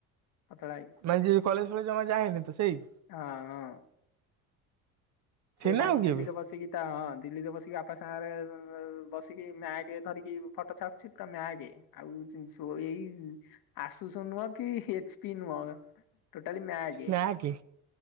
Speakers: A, on the left; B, on the right.
A: ପତଳା ହେଇକି।
B: ମାନେ ଯେ କଲେଜ ଫଲେଜ ଆମର ଯାଏନି ତ ସେଇ
A: ଆଁ ସେ
B: ନା
A: ଯାଇଁକି
B: ଆଉ କିଏ
A: ଦିଲ୍ଲୀରେ
B: ବେ
A: ବସିକି। ତ ହଁ ଦିଲ୍ଲୀରେ ବସିକି ବାପା ସାଙ୍ଗରେ ବସିକି ମ୍ୟାଗେ ଧରିକି ଫଟୋ ଛାଡ଼ୁଛି ତ ମ୍ୟାଗେ ଆଉ ଜିନ୍ ସ ଏଇ ଆଶୁଷ ନୁହଁ କି ଏଚ ପି ନୁହଁ। ଟୋଟାଲି ମ୍ୟାଗେ
B: ନା କି